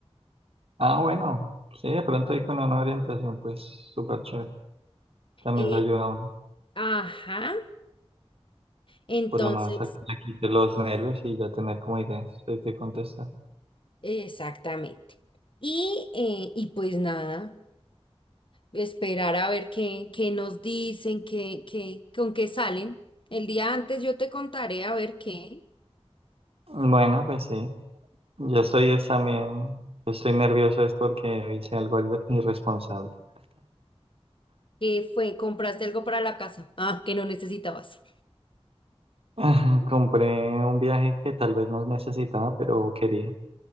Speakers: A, on the right; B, on the left.
A: Ah, bueno. Sí, de pronto ahí con una orientación, pues súper chévere. También
B: Eh,
A: le ayuda a uno.
B: ajá, entonces,
A: Por lo menos aquí, aquí de los nervios y ya tener como ideas de qué contestar.
B: exactamente. Y, eh, y pues nada, esperar a ver qué, qué nos dicen, qué, qué, con qué salen. El día antes yo te contaré a ver qué,
A: Bueno, pues sí. Yo estoy es también, estoy nervioso es porque hice algo irre- irresponsable.
B: qué fue, compraste algo para la casa. Ah, que no necesitabas.
A: <laughs> Compré un viaje que tal vez no necesitaba, pero quería.